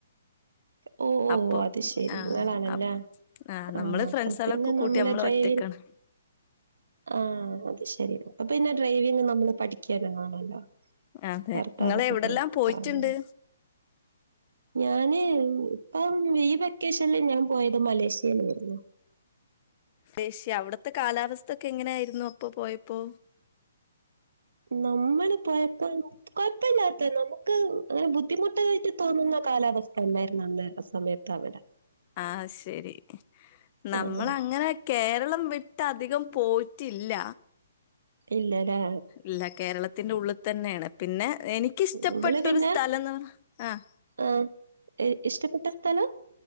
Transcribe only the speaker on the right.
ഓഹ് ഓഹ്
അത് ശെരി
അങ്ങനാണല്ലേ
ആഹ്
അപ്പ
പിന്നെ
നമ്മളെ
ഡ്രൈവിംഗ്
ആഹ് അത് ശെരി പിന്നെ ഡ്രൈവിംഗ് നമ്മള് പഠിക്കാനണല്ലോ
ഭർത്താവൊക്കെ
ആയിട്ട്
ആഹ് ഞാന് ഇപ്പം ഈ വെക്കേഷനില് ഞാന് പോയത് മലേഷ്യയിലായിരുന്നു
നമ്മള് പോയപ്പൊ കൊഴപ്പല്ലാത്ത നമുക്ക് അങ്ങനെ ബുദ്ധിമുട്ടായിട്ട് തോന്നുന്ന കാലാവസ്ഥ എല്ലാരും നന്ന സമയത്താവിടെ
ആഹ്
ഇല്ലല്ലെ.
നമ്മള് പിന്നെ
ആഹ് ഇ ഇഷ്ടപ്പെട്ട സ്ഥലം